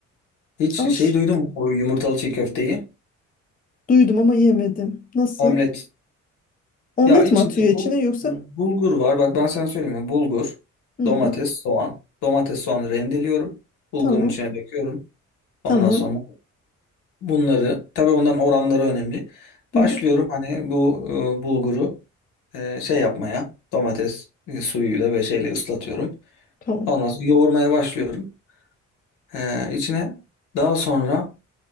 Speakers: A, on the left (about 85°); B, on the left (about 30°).
A: Hiç
B: Ama ş-
A: şey duydun mu bu yumurtalı çiğ köfteyi?
B: duydum ama yemedim. Nasıl?
A: Omlet.
B: Omlet
A: Ya içinde
B: mi atıyor içine
A: bu
B: yoksa?
A: e, bulgur var. Bak ben sana söyleyeyim mi? Bulgur,
B: Hmm,
A: domates, soğan. Domates, soğanı rendeliyorum. Bulgurun
B: tamam.
A: içine döküyorum.
B: Tamam.
A: Ondan sonra bunları, tabii onların oranları önemli.
B: Hı
A: Başlıyorum
B: hı,
A: hani bu e, bulguru e, şey yapmaya, domates e, suyuyla ve şeyle ıslatıyorum.
B: tamam.
A: Ondan sonra yoğurmaya başlıyorum. E, içine daha sonra